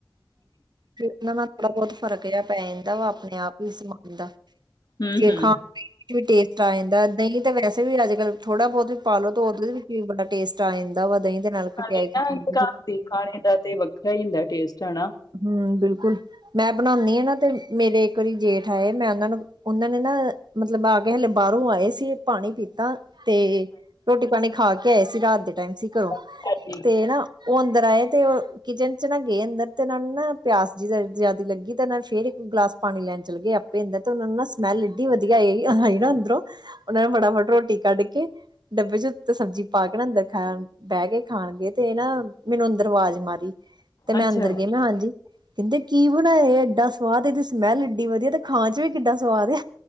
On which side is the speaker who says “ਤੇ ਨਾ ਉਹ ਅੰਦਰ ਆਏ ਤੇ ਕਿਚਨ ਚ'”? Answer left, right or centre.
Right